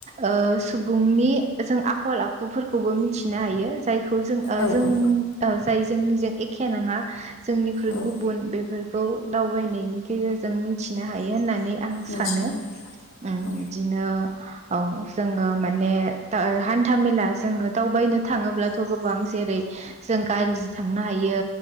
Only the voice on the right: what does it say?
ओ सुबुंनि जों आखल आखुफोरखौबो मिथिनो हायो जाय खौ जों-जों
जाय जोंनिजों एखे नङा जोंनिख्रुय
गुबुन बेफोर खौ दावबायनायनि गेजेरजों मिथिनो हायो होननानै आं सानो
उम
बिदिनो जोङो माने हान्था मेला जोङो दावबायनो थाङोब्लाथ' गोबां जेरै जों जों गारि जो थांनो हायो।